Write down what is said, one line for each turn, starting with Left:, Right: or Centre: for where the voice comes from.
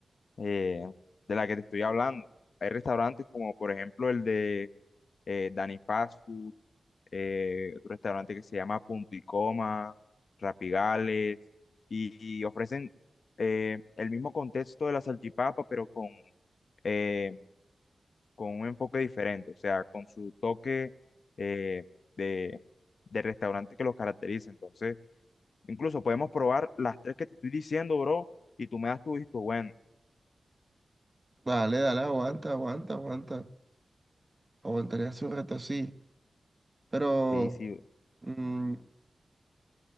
Left: eh, de la que te estoy hablando. Hay restaurantes como, por ejemplo, el de eh, Dani Fast Food, eh, otro restaurante que se llama Punto y Coma, Rapigales, y, y ofrecen eh, el mismo contexto de la salchipapa, pero con, eh, con un enfoque diferente, o sea, con su toque eh, de, de restaurante que los caracteriza. Entonces, Incluso podemos probar las tres que te estoy diciendo, bro, y tú me das tu visto bueno.
Right: Dale, dale, aguanta, aguanta, aguanta. Aguantaría hace un rato así. Pero
Left: Sí, sí.
Right: mm,